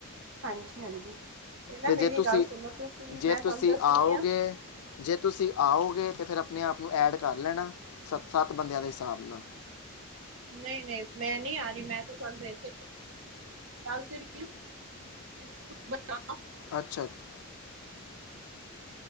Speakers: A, on the right; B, on the left.
A: ਹਾਂਜੀ ਹਾਂਜੀ। ਨਾ
B: ਤੇ
A: ਮੇਰੀ
B: ਜੇ ਤੁਸੀਂ
A: ਗੱਲ ਸੁਣੋ ਤੁਸੀਂ
B: ਜੇ
A: ਮੈਂ ਤੁਹਾਨੂੰ
B: ਤੁਸੀਂ
A: ਦੱਸ ਰਹੀ
B: ਆਓਗੇ,
A: ਹਾਂ।
B: ਜੇ ਤੁਸੀਂ ਆਓਗੇ ਤਾਂ ਫਿਰ ਆਪਣੇ ਆਪ ਉਸਨੂੰ ਐਡ ਕਰ ਲੈਣਾ ਸੱਤ ਸੱਤ ਬੰਦਿਆਂ ਦੇ ਹਿਸਾਬ ਨਾਲ
A: ਨਹੀਂ ਨਹੀਂ ਮੈਂ ਨਹੀਂ ਆ ਰਹੀ ਮੈਂ, ਬਣਾਉਦੇ <unintelligible>
B: ਅੱਛਾ ਅੱਛਾ